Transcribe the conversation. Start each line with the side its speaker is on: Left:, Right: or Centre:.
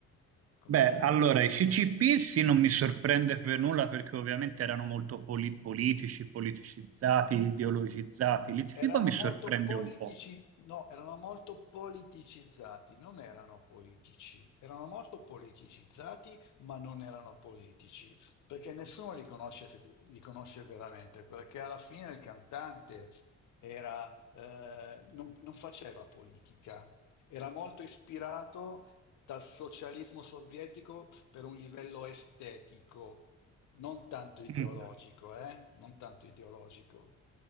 Left: come
Right: Beh,
Left: dire,
Right: allora, i CCP sì, non mi sorprende per nulla perché ovviamente erano molto poli- politici, politicizzati, ideologizzati. L'ITFIBA
Left: Erano
Right: mi
Left: molto
Right: sorprende
Left: politici,
Right: un po'.
Left: no, erano molto politicizzati, non erano politici, erano molto politicizzati, ma non erano politici, perché nessuno li conosce, li conosce veramente, perché alla fine il cantante era, eh, non, non faceva politica, era molto ispirato dal socialismo sovietico per un livello estetico, non tanto ideologico,
Right: Mm.
Left: eh? Non tanto ideologico.